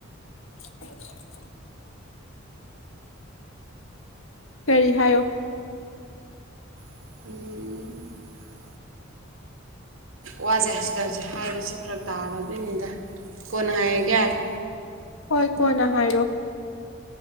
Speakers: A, on the left (about 80°); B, on the right (about 85°).
A: <unintelligible> <inaudible> ꯀꯔꯤ ꯍꯥꯏꯌꯣ
B: ꯎꯝ ꯋꯥꯁꯦ ꯍꯥꯏꯁꯤ ꯇꯁꯦ ꯍꯥꯏꯁꯦ ꯐꯔ ꯇꯥꯕ ꯑꯗꯨꯣꯏꯅꯤꯗ ꯀꯣꯟꯅ ꯍꯥꯏꯔꯒꯦꯔꯦ
A: ꯍꯣꯏ ꯀꯣꯅ ꯍꯥꯏꯔꯣ